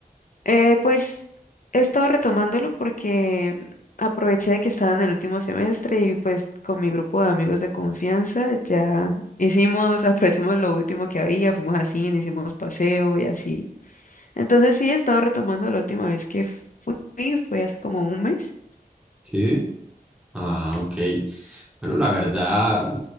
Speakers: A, on the left; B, in the centre.
A: Eh, pues he estado retomándolo porque aproveché que estaba en el último semestre y pues con mi grupo de amigos de confianza ya hicimos, <laughs> aprovechamos lo último que había, fuimos a cine, hicimos paseo y así. Entonces sí, he estado retomando la última vez que fui, fue hace como un mes.
B: ¿sí? Ah, ok. Bueno, la verdad,